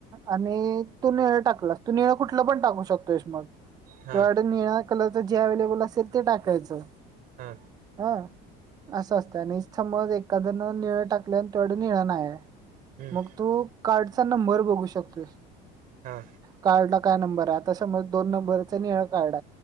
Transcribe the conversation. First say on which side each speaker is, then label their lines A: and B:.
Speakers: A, on the right; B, on the right.
A: आणि तू निळ टाकलास तू निळ कुठलं पण टाकू शकतो. मग
B: हा
A: निळ्या कलरचं जे अव्हेलेबल असेल ते टाकायचं.
B: हा
A: हां. असं असतं आणि समज एखाद्यान निळ टाकल्या आणि तेवढं निळ नाहीय
B: हम्म
A: मग तू कार्डचा नंबर बघू शकत
B: हा
A: कार्ड ला काय नंबर त दोन नंबरचा निड